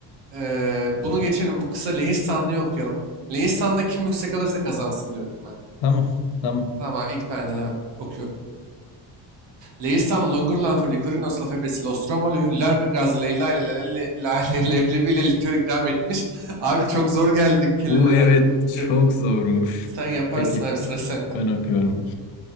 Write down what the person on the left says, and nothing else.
Tamam. Tamam.
Bu evet
çok
zormuş.
Peki.
Ben okuyorum.